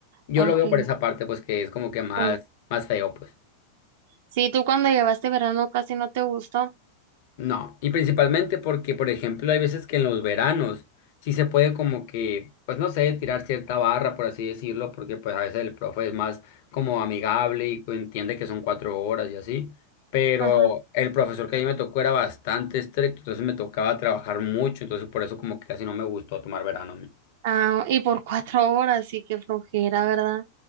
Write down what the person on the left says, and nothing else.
Yo
lo veo por esa parte, pues que es como que más,
más feo, pues.
No, y principalmente porque, por ejemplo, hay veces que en los veranos sí se puede como que, pues no sé, tirar cierta barra, por así decirlo, porque pues a veces el profe es más como amigable y entiende que son cuatro horas y así, pero
el profesor que a mí me tocó era bastante estricto, entonces me tocaba trabajar mucho, entonces por eso como que casi no me gustó tomar verano. a mí.